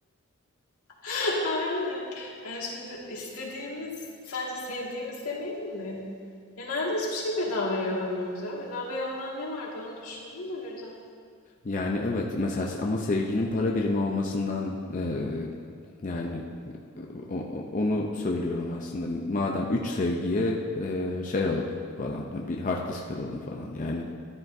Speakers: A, on the left; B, on the left.
A: <laughs> Aynen. Yani şimdi istediğimiz, sadece sevdiğimiz demeyelim mi? Genelde hiçbir şey bedavaya alamıyoruz ya. Bedavaya alınan ne var bir onu düşündüm de birden.
B: Yani evet mesela se- ama sevginin para birimi olmasından eee, yani e, o- o- onu söylüyorum aslında. Madem 3 sevgiye eee, şey alalım falan bir hard disk alalım falan yani